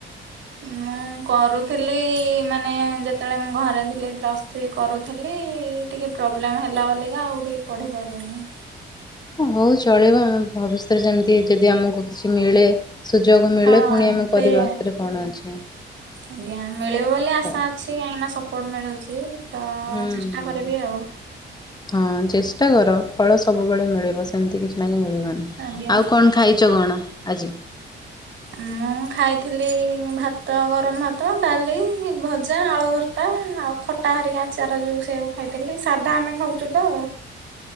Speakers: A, on the right; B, on the left.
A: ମୁଁ ମୁଁ କରୁଥିଲି ମାନେ ଯେତେବେଳେ ମୁଁ ଘରେ ଥିଲି ପ୍ଲସ୍ଥ୍ରୀ କରୁଥିଲି ଟିକେ ପ୍ରୋବ୍ଲେମ୍ ହେଲା ବୋଲିକା ଆଉ ଟିକେ ପଢ଼ି ପାଇଲିନି।
B: ହଉ ଚଳିବ ଆଉ ଭବିଷ୍ୟତରେ ଯେମିତି ଯଦି ଆମକୁ କିଛି ମିଳେ ସୁଯୋଗ ମିଳେ
A: ହଁ
B: ପୁଣି ଆମେ
A: ସେଇଆ।
B: କରିବା ସେଥିରେ କଣ ଅଛି ଆଛା।
A: ଆଜ୍ଞା ମିଳିବ ବୋଲି ଆଶା ଅଛି କାହିଁକିନା ସପୋର୍ଟ ମିଳୁଛି। ତ
B: ହୁଁ
A: ଚେଷ୍ଟା
B: ହୁଁ।
A: କରିବି ଆଉ।
B: ହଁ ଚେଷ୍ଟା କର ଫଳ ସବୁବେଳେ ମିଳିବ ସେମିତି କିଛି ନାଇଁ ଯେ ମିଳିବନି।
A: ଆଜ୍ଞା।
B: ଆଉ କଣ ଖାଇଛ କଣ ଆଜି?
A: ମୁଁ ଖାଇଥିଲି ଭାତ ଗରମ ଭାତ ଡାଲି ଭଜା ଆଳୁଭର୍ତା ଆଉ ଖଟା ହରିକା ଆଚାର ଯୋଉ ସେଇଆକୁ ଖାଇଥିଲି ସାଧା ଆମେ ଖାଉଚୁ ତ।